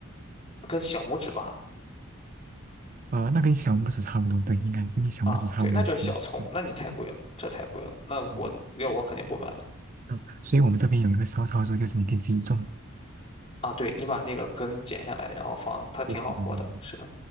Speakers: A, on the left (about 30°); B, on the right (about 40°).
A: 跟小拇指吧。
B: 呃，那跟小拇指差不多，对，应该跟你小拇指差不多粗。
A: 啊，对，那就是小葱，
B: 对
A: 那你太贵了，这太贵了，那我要我肯定不买了。
B: 嗯嗯，所以我们这边有一个骚操作，就是你可以自己种。
A: 啊，对，你把那个根剪下来，然后放，它挺好活的。
B: 对对对对
A: 是的，